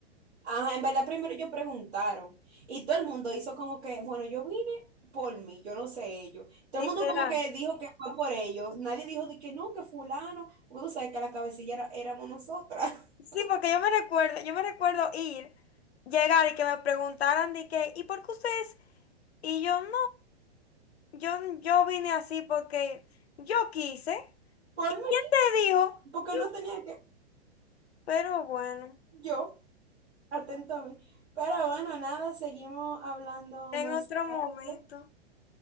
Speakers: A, on the right; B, on the left.
A: Ajá, en verdad primero ellos preguntaron y todo el mundo hizo como que, bueno, yo vine por mí, yo no sé ellos. Todo
B: Literal.
A: el mundo como que dijo que fue por ellos. Nadie dijo de que no, que fulano, porque tú sabes que la cabecilla era- éramos nosotras. <laughs>
B: Sí, porque yo me recuerdo, yo me recuerdo ir, llegar y que me preguntaran de que, ¿y por qué ustedes? Y yo no, yo, yo vine así porque yo quise.
A: Por
B: ¿Y
A: mí,
B: quién te dijo?
A: porque
B: Yo.
A: no tenía que
B: Pero bueno,
A: yo. Atento a mí. Pero bueno, nada, seguimos hablando
B: en
A: más
B: otro
A: tarde.
B: momento.